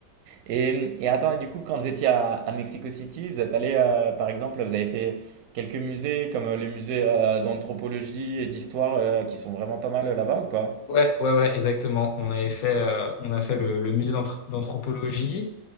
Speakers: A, on the right; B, on the left.
A: Et mmh et attends, et du coup, quand vous étiez à à Mexico City, vous êtes allé heu, par exemple, vous avez fait quelques musées comme, heu, les musées, heu, d'anthropologie et d'histoire, heu, qui sont vraiment pas mal, heu, là-bas ou pas?
B: Ouais, ouais, ouais, exactement. On avait fait, euh, on a fait le, le musée d'anthro- d'anthropologie.